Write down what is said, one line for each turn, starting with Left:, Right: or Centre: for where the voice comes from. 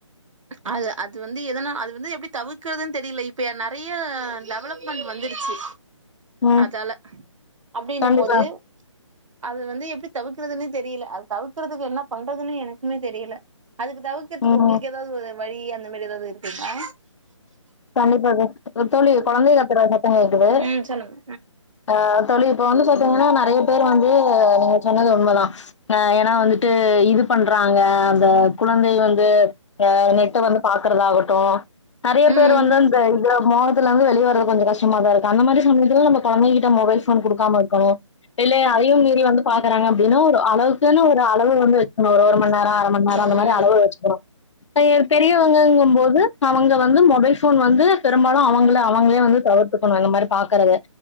Right: அது அது வந்து எதனா அது வந்து எப்டி தவுக்றதுன் தெரில இப்ப நெறய லெவலப் மென்ட் வந்துடுச்சு
Left: ம்
Right: அதால அப்டின்ன
Left: கண்டிப்பா
Right: மோது அது வந்து எப்டி தவுக்றதுன்னே தெரில அது தவுக்றதுக்கு என்ன பண்றதுன்னு எனக்குமே தெரில அதுக்கு தவுக்றதுக்கு
Left: ம்
Right: உங்ளுக்கு ஏதாது ஒரு வழி அந்த மாரி ஏதாவுது இருக்குங்ளா
Left: கண்டிப்பா தோ தோழி கொழந்தை கத்துற சத்த கேக்குது
Right: ம் சொல்லுங்க
Left: ஆ தோழி இப்ப வந்து பாத்தீங்ன்னா நெறய பேர் வந்து நீங்க சொன்னது உண்மதா அ ஏனா வந்துட்டு இது பண்றாங்க அந்த குழந்தை வந்து ஆ நெட்ட வந்து பாக்றதா ஆகட்டு
Right: ம் ம்
Left: பேர் வந்து அந்த இதுல மோகத்துலர்ந்து வெளி வரது கொஞ்ச கஷ்டமா தா இருக்கு அந்த மாரி சமயத்துல நம்ப கொழந்தைகிட்ட மொபைல் ஃபோன் குடுக்காம இருக்கணு இல்லையா அதயு மீறி வந்து பாக்குறாங்க அப்டின்னா ஒரு அளவுக்குனு ஒரு அளவு ஒன்னு வச்சுக்ணு ஒரு ஒரு மண்ணேரோ அர மண்ணேரோ
Right: ம்
Left: அந்த மாரி அளவு வச்சுக்கணு அய பெரியவங்கங்க போது அவங்க வந்து மொபைல் ஃபோன் வந்து பெரும்பாலு அவங்கள அவங்களே வந்து தவிர்த்துக்கணு அந்த மாரி பாக்குறத